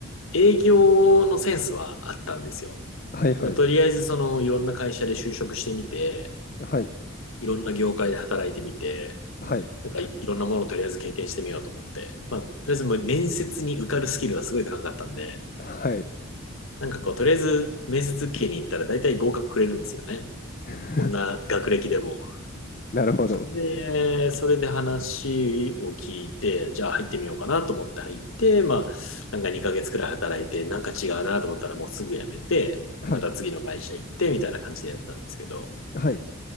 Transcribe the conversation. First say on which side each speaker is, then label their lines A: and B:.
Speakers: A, on the left (about 75°); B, on the left (about 40°).
A: う、営業のセンスはあったんですよ。
B: はいはい、
A: だからとりあえず、その、いろんな会社で就職してみて、
B: はい、
A: いろんな業界で働いてみて、
B: はい、
A: なんかいいろんなものをとりあえず経験してみようと思って、まあ、とりあえずもう面接に受かるスキルがすごい高かったんで、
B: はい。
A: なんかこう、とりあえず面接受けに行ったら大体合格くれるんですよね。
B: <laughs>
A: こんな学歴でも。
B: なるほど。
A: で、それで話を聞いて、じゃあ入ってみようかなと思って入って、まあ、なんか2ヶ月くらい働いて、なんか違うなと思ったらもうすぐ辞めて、
B: はい、
A: また次の会社行ってみたいな感じでやってたんですけど、
B: はい。